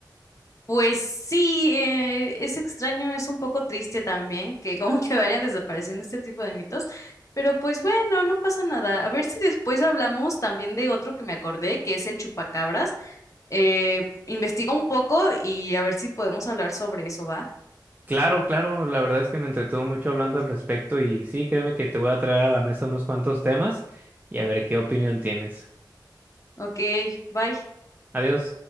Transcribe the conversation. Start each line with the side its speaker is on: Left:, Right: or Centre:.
Left: Pues sí, eh, es extraño, es un poco triste también que <laughs> como que vayan desapareciendo este tipo de mitos, pero pues bueno, no pasa nada. A ver si después hablamos también de otro que me acordé, que es el chupacabras. Eh, investiga un poco y a ver si podemos hablar sobre eso, ¿va?
Right: Claro, claro, la verdad es que me entretuvo mucho hablando al respecto y sí, créeme que te voy a traer a la mesa unos cuantos temas y a ver qué opinión tienes.
Left: Ok, bye.
Right: Adiós.